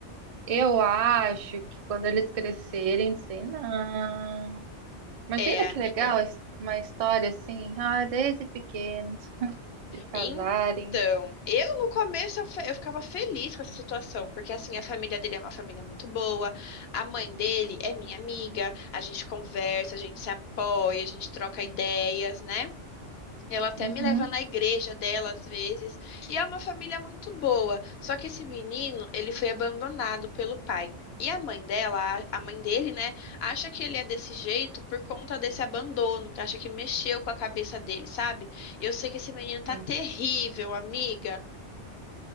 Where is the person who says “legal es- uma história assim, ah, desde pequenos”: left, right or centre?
Right